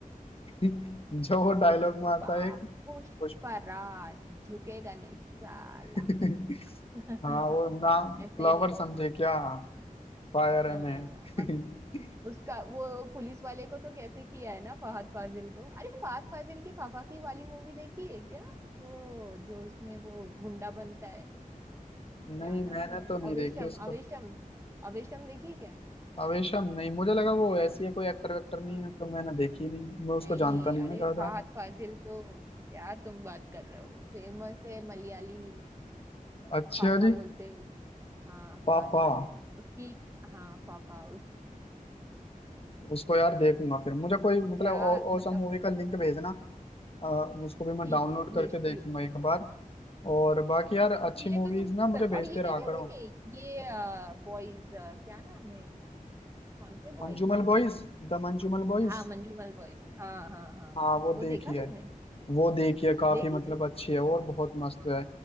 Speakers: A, on the left; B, on the right.
A: <laughs> जो वो डायलॉग
B: पुष्पा
A: मारता है एक
B: पुष्पा
A: पुष्प
B: राज झुकेगा नहीं साला
A: <laughs>
B: <laughs>
A: हाँ वो नाम
B: ऐसा
A: फ्लावर
B: ही है
A: समझे क्या फायर है
B: हाँ,
A: मैं
B: और
A: <laughs>
B: उसका वो पुलिस वाले को तो कैसे किया है ना फहद फाजिल को अरे फहद फाजिल की फाफाकी वाली मूवी देखी है क्या वो जो उसमें वो गुंडा बनता है क्या
A: नहीं
B: नाम
A: मैंने
B: है
A: तो नहीं
B: अवेशम
A: देखी उसको
B: अवेशम अवेशम देखी क्या
A: आवेशम नहीं मुझे लगा वो ऐसी है कोई एक्टर वेक्टर नहीं
B: अरे
A: है तो मैंने देखी नहीं मैं उसको
B: नहीं
A: जानता नहीं
B: अरे
A: ना ज्यादा
B: फहद फाजिल तो क्या तुम बात कर रहे हो फेमस है मलयाली हीरो
A: <laughs> अच्छा
B: फाफा
A: जी
B: बोलते हैं उस हाँ फहद
A: पापा
B: फाजिल उसकी हाँ फाफा
A: उसको यार
B: उसम
A: देखूंगा फिर मुझे कोई मतलब
B: क्या
A: औसम
B: मतलब
A: मूवी का लिंक भेजना अ, उसको भी मैं
B: ठीक
A: डाउनलोड
B: है भेजती
A: करके देखूंगा
B: हूँ
A: एक बार और बाकी यार अच्छी
B: कि
A: मूवीज
B: ये तो तुम
A: ना मुझे भेजते
B: और ये
A: रहा
B: देखा
A: करो
B: कि नहीं ये बॉयज क्या नाम है कौन से बॉयज
A: Manjummel
B: थे
A: Boys
B: वो
A: the Manjummel Boys
B: हाँ मंजूमल बॉयज हाँ हाँ हाँ
A: हाँ वो
B: वो
A: देखी
B: देखा
A: है
B: तुमने
A: वो देखी है काफी
B: देखी
A: मतलब
B: तुमने
A: अच्छी है और बहुत मस्त है